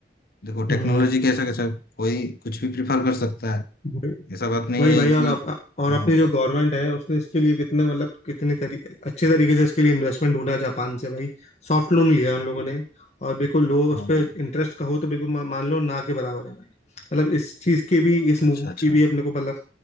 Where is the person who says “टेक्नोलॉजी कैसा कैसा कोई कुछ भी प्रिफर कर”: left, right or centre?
Left